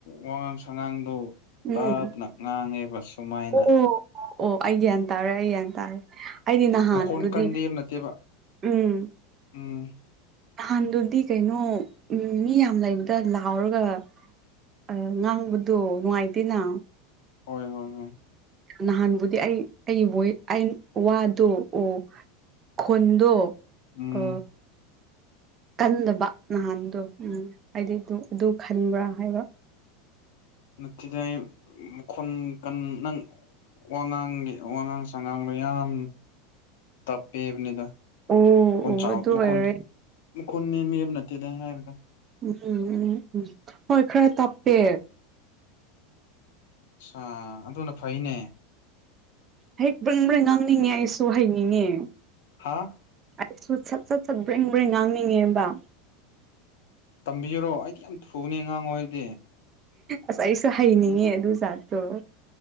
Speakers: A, on the left; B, on the right.
A: ꯋꯥꯉꯥꯡ ꯁꯉꯥꯡꯗꯣ
B: ꯎꯝ
A: ꯇꯞꯅ ꯉꯥꯡꯉꯦꯕ ꯁꯨꯃꯥꯏꯅ
B: ꯑꯣ ꯑꯣ ꯑꯩ ꯒ꯭ꯌꯥꯟ ꯇꯥꯔꯦ ꯑꯩꯒ꯭ꯌꯥꯟ ꯇꯥꯔꯦ ꯑꯩꯗꯤ ꯅꯍꯥꯟꯗꯨꯗꯤ
A: ꯃꯈꯣꯟ ꯀꯟꯗꯦꯕ ꯅꯠꯇꯦꯕ
B: ꯎꯝ
A: ꯎꯝ
B: ꯅꯍꯥꯟꯗꯨꯗꯤ ꯀꯩꯅꯣ ꯃꯤ ꯌꯥꯝ ꯂꯩꯕꯗ ꯂꯥꯎꯔꯒ ꯑ ꯉꯥꯡꯕꯗꯣ ꯅꯨꯡꯉꯥꯏꯇꯦꯅ
A: ꯍꯣꯏ ꯍꯣꯏ ꯍꯣꯏ
B: ꯅꯍꯥꯟꯕꯨꯗꯤ ꯑꯩ ꯑꯩ ꯕꯣꯏ ꯑꯩ ꯋꯥꯗꯣ ꯑꯣ ꯈꯣꯟꯗꯣ
A: ꯎꯝ
B: ꯑ ꯀꯟꯗꯕ ꯅꯍꯥꯟꯗꯨ ꯎꯝ ꯑꯩꯗꯤ ꯇꯨ ꯑꯗꯨ ꯈꯟꯕ꯭ꯔꯥ ꯍꯥꯏꯕ
A: ꯅꯠꯇꯗ ꯃꯈꯣꯟ ꯀꯟ ꯅꯪ ꯋꯥꯉꯥꯡꯒꯤ ꯋꯥꯉꯥꯡ ꯁꯉꯥꯡꯗꯣ ꯌꯥꯝ ꯇꯞꯄꯦꯕꯅꯤꯗ
B: ꯑꯣ
A: ꯃꯈꯣꯟ
B: ꯑꯣ
A: ꯆꯥꯎ
B: ꯑꯗꯨ ꯑꯣꯏꯔꯦ
A: ꯃꯈꯣꯟ ꯃꯈꯣꯟ ꯅꯦꯝꯃꯦ ꯍꯥꯏꯕ ꯅꯠꯇꯦꯗ ꯍꯥꯏꯕꯗꯣ
B: ꯎꯝ ꯎꯝ ꯎꯝ ꯍꯣꯏ ꯈꯔ ꯇꯞꯄꯦ
A: ꯑꯥ ꯑꯗꯨꯅ ꯐꯩꯅꯦ
B: ꯍꯦꯛ ꯄꯟꯕ꯭ꯔꯥ ꯉꯥꯡꯅꯤꯡꯉꯦ ꯑꯩꯁꯨ ꯍꯥꯏꯅꯤꯡꯉꯦ
A: ꯍꯥꯥ
B: ꯑꯩꯁꯨ ꯁꯠ ꯁꯠ ꯁꯠ ꯕ꯭ꯔꯦꯡ ꯕ꯭ꯔꯦꯡ ꯉꯥꯡꯅꯤꯡꯉꯦꯕ
A: ꯇꯝꯕꯤꯌꯨꯔꯣ ꯑꯩꯗꯤ ꯌꯥꯝ ꯊꯨꯅꯦ ꯉꯥꯡꯉꯣ ꯍꯥꯏꯗꯤ
B: ꯑꯁ ꯑꯩꯁꯨ ꯍꯩꯅꯤꯡꯉꯦ ꯑꯗꯨ ꯖꯥꯠꯇꯣ